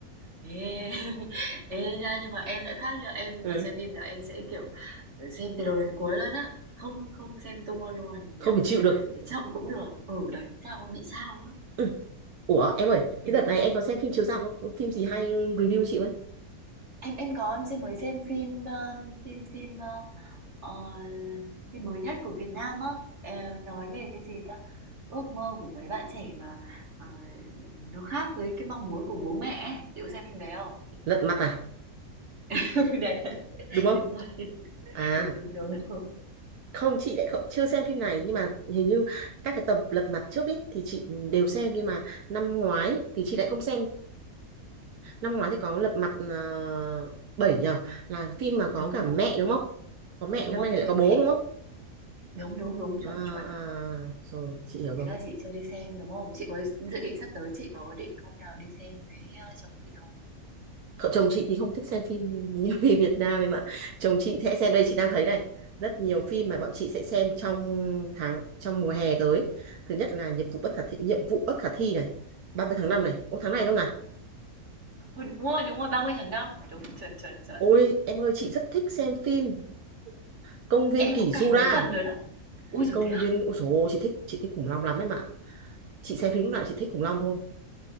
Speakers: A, on the right; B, on the right.
A: Ê, <laughs> ê nha nhưng mà em lại khác nha em
B: Ừ.
A: mà xem phim là em sẽ kiểu xem từ đầu đến cuối luôn á không không xem tua luôn
B: Không
A: kiểu
B: phải chịu được.
A: để chậm cũng được ừ đấy sao bị sao á
B: Ừ. Ủa em ơi,
A: kỳ
B: thế đợt này em có xem phim chiếu rạp không? Có Phim gì hay review chị với?
A: em em có em xem mới xem phim ờ, phim phim ờ, ờ, phim mới nhất của Việt Nam á Ờ, nói về cái gì ta ước mơ của mấy bạn trẻ mà ờ, nó khác với cái mong muốn của bố mẹ ấy. chị có xem phim đấy không
B: Lật mặt à?
A: <laughs> đấy
B: Đúng không?
A: đúng rồi
B: À,
A: đúng đúng đúng đúng
B: không chị lại không, chưa xem phim này nhưng mà hình như các cái tập lật mặt trước ấy thì chị đều xem nhưng mà năm ngoái thì chị lại không xem năm ngoái thì có Lật Mặt uh, 7 nhờ là phim mà có
A: đúng
B: cả mẹ
A: đúng
B: đúng không có mẹ
A: Đúng
B: năm
A: rồi,
B: nay
A: phim
B: lại
A: về
B: có
A: mẹ.
B: bố đúng không
A: Đúng, đúng, đúng,
B: à,
A: chuẩn,
B: à,
A: chuẩn ạ.
B: rồi chị hiểu rồi
A: Thế là chị chưa đi xem đúng không? Chị có dự định sắp tới chị có định hôm nào đi xem với ờ, chồng chị không?
B: Cậu chồng chị thì không thích xem phim <laughs> như phim Việt Nam ấy mà chồng chị sẽ xem đây chị đang thấy này rất nhiều phim mà bọn chị sẽ xem trong tháng trong mùa hè tới thứ nhất là nhiệm vụ bất khả thi nhiệm vụ bất khả thi này 30 tháng 5 này ô tháng này đâu nào
A: Ui, đúng rồi, đúng rồi, ba mươi tháng năm Đúng, chuẩn, chuẩn, chuẩn.
B: ôi em ơi chị rất thích xem phim công viên
A: Em
B: kỷ
A: cũng
B: Jura
A: cày mấy phần rồi đó. Ui rồi
B: công
A: thế à?
B: viên ôi dồi ôi, chị thích chị thích khủng long lắm ấy mà chị xem phim lúc nào chị thích khủng long thôi